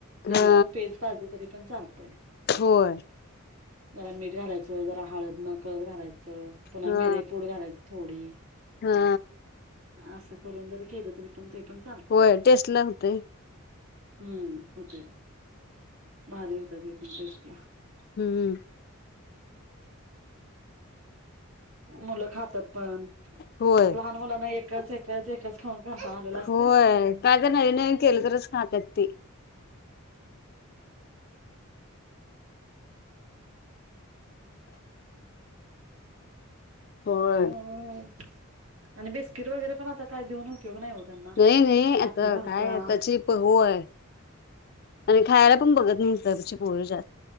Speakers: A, on the right (about 70°); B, on the left (about 45°).
A: तेची
B: हा
A: पण पेज पाजली तरी पण चालतय
B: होय
A: जरा मीठ घालायचं जरा हळद नकळत घालायचं पुन्हा
B: हा
A: मिर पूड घालायची थोडी
B: हा
A: असं करून जरी केलं तरी पण ते पण चालतंय
B: होय टेस्ट लागतंय
A: हम्म होय भारी होतात हे <unintelligible>
B: हम्म
A: मुलं खातात पण
B: होय
A: पण लहान मुलांना एकच एक एकच खाऊन आलेला असते
B: होय काय तर नवीन नवीन केलं तरच खातात ते होय
A: मग आणि बिस्किट वगैरे तेवढा नाही हो त्यांना
B: नाही नाही
A: छाती
B: आता
A: भरत्या
B: काय आताची होय आणि खायला पण बघत नाहीत आताची पोर